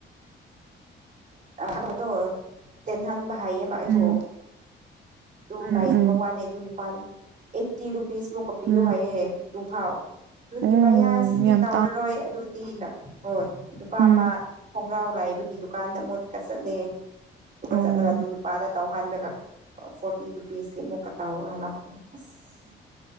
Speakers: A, on the right (about 40°); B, on the right (about 65°).
A: <unintelligible> ꯇꯦꯟꯍꯕ ꯍꯥꯏꯌꯦꯕ ꯑꯩꯗꯣ
B: ꯎꯝ
A: ꯑꯗꯨ
B: ꯎꯝ
A: ꯂꯩꯇꯕ
B: ꯎꯝ
A: ꯋꯥꯅꯦ ꯑꯗꯨ ꯅꯨꯄꯥꯗꯣ ꯑꯩꯠꯇꯤ ꯔꯨꯄꯤꯁ ꯃꯨꯛꯀ ꯄꯤꯌꯣ
B: ꯎꯝ
A: ꯍꯥꯏꯌꯦ ꯇꯨ ꯐꯥꯎ ꯑꯗꯨꯒꯤ
B: ꯑꯣ
A: ꯚꯩꯌꯥꯁꯤꯗꯤ
B: ꯌꯥꯝ
A: ꯇꯧꯔꯔꯣꯏ
B: ꯇꯥꯡ
A: ꯑꯗꯨꯗꯤꯅ ꯍꯣꯏ ꯅꯨꯨꯄꯥ
B: ꯎꯝ
A: ꯑꯃ ꯈꯣꯡꯒ꯭ꯔꯥꯎ ꯂꯩꯕꯒꯤ ꯗꯨꯀꯥꯟꯗ ꯃꯨꯠꯀ ꯆꯠꯂꯦ ꯑꯗꯨꯒ
B: ꯑꯣ
A: ꯆꯠꯂꯒ ꯑꯗꯨ ꯅꯨꯄꯥꯗ ꯇꯧꯍꯜꯂꯒ ꯐꯣꯔꯇꯤ ꯔꯨꯄꯤꯁꯀꯤ ꯑꯃꯨꯛꯀ ꯇꯧꯔ ꯍꯜꯂꯛꯄ ꯑꯁ